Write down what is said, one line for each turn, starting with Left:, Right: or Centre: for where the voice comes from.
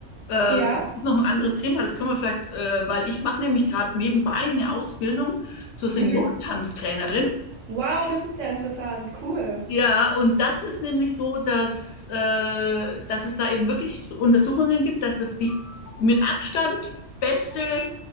Left: äh,
Right: ja.
Left: das ist noch ein anderes Thema, das können wir vielleicht, äh, weil ich mache nämlich gerade nebenbei eine Ausbildung zur Seniorentanztrainerin.
Right: Mhm. Wow, das ist ja interessant. Cool.
Left: Ja, und das ist nämlich so, dass, äh, dass es da eben wirklich Untersuchungen gibt, dass das die mit Abstand beste